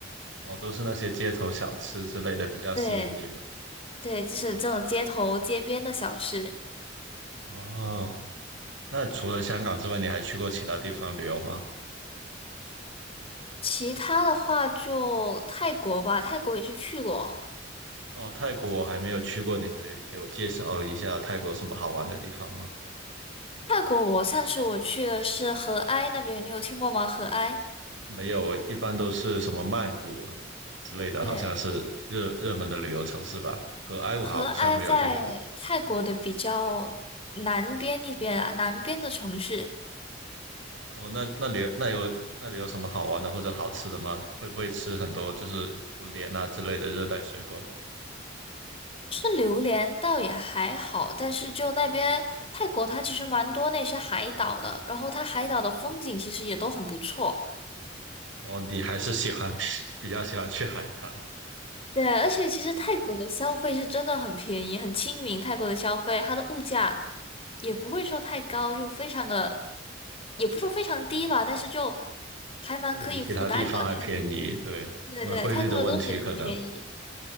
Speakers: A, on the right (about 85°); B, on the left (about 30°).
A: 哦，都是那些街头小吃之类的比较吸引你吧？
B: 对对，就是这种街头街边的小吃。
A: 哦哦，那除了香港之外，你还去过其他地方旅游吗？
B: 其他的话就泰国吧，泰国也是去过。
A: 哦，泰国我还没有去过，你可以给我介绍一下泰国有什么好玩的地方吗？
B: 泰国我上次我去的是合埃那边，你有听过吗？合埃，
A: 没有，一般都是什么曼谷啊之类的，
B: 对，
A: 好像是热热门的旅游城市吧。和埃武好像没有见过。
B: 合埃在泰国的比较南边那边啊，南边的城市。
A: 哦，那那里有那有那里有什么好玩的或者好吃的吗？会不会吃很多就是榴莲啊之类的热带水果？
B: 吃榴莲倒也还好，但是就那边泰国它其实蛮多那些海岛的，然后它海岛的风景其实也都很不错。
A: 哦，你还是喜欢 <laughs> 比较喜欢去海滩，
B: 对，而且其实泰国的消费是真的很便宜，很亲民。泰国的消费，它的物价也不会说太高，就非常的，也不说非常低吧，但是就还蛮可以负担的。
A: 会比其他地方还便宜，
B: 泰，国，
A: 对，
B: 对对，
A: 因为汇率的问题可能。
B: 泰国的东西很便宜。